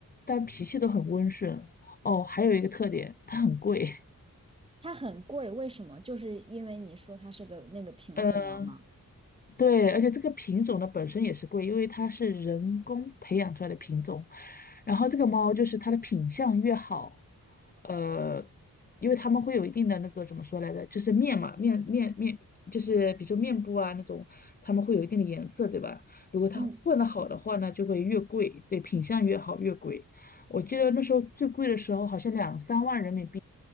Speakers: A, on the left (about 25°); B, on the right (about 15°).
A: 但脾气都很温顺。哦，还有一个特点，它很贵，
B: 它很贵，为什么？就是因为你说它是个那个品种猫吗？
A: <laughs> 嗯。对，而且这个品种呢本身也是贵，因为它是人工培养出来的品种，然后这个猫就是它的品相越好，呃，因为它们会有一定的那个怎么说来着，就是面嘛，面面面，就是比如说面部啊那种，它们会有一定的颜色，对吧？如果它混得好的话呢，
B: 嗯，
A: 就会越贵，对，品相越好越贵。我记得那时候最贵的时候好像两三万人民币，